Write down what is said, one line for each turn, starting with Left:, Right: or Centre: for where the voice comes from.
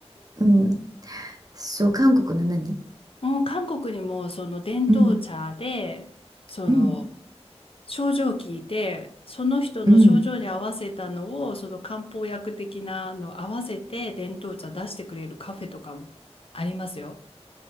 Right: うんそう、韓国の何
Left: うん、韓国にもその伝統茶で、
Right: うん、
Left: その
Right: うん、
Left: 症状を聞いて、その人の症状に合わせたのを、
Right: うん。
Left: その漢方薬的なの合わせて伝統茶出してくれるカフェとかもありますよ。